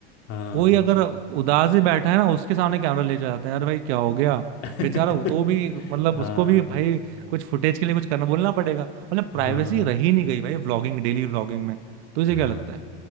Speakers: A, on the left; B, on the right.
A: हाँ
B: कोई अगर उदास ही बैठा है ना उसके सामने कैमरा ले जाते हैं यार भाई क्या हो गया
A: <laughs>
B: बेचारा वो तो भी मतलब
A: हाँ
B: उसको भी भाई कुछ फुटेज के लिए कुछ करना बोलना पड़ेगा मतलब प्राइवेसी
A: हाँ
B: रही नहीं गई भाई व्लॉगिंग डेली व्लॉगिंग में तुझे
A: हाँ
B: क्या लगता है